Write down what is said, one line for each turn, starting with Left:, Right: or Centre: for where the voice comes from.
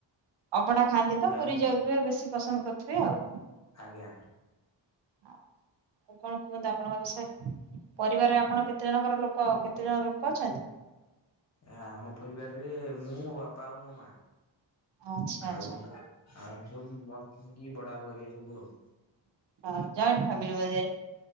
Right: ଅଭଢା ଖାନ୍ତି ତ
Left: ଯାଉ
Right: ପୁରୀ ଯାଉଥିବେ ବେଶୀ। ପସନ୍ଦ କରୁଥିବେ ଆଉ।
Left: ଆଜ୍ଞା।
Right: ଆଉ କଣ କୁହନ୍ତୁ ଆପଣଙ୍କ ବିଷୟରେ ପରିବାରରେ ଆପଣ କେତେ ଜଣଙ୍କ ଲୋକ କେତେ ଜଣ ଲୋକ ଅଛନ୍ତି?
Left: ଏ ଆମ ପରିବାରରେ ମୁଁ ମୋ ବାପା ଆଉ ମୋ ମା।
Right: ଆଚ୍ଛା ଆଚ୍ଛା
Left: ଆଉ <unintelligible> ସବୁ <unintelligible> ବଡ ବାପା ହେରିକା ସବୁ ଆଉ।
Right: ହଁ ଜଏଣ୍ଟ ଫ୍ୟାମିଲି ବଧେ।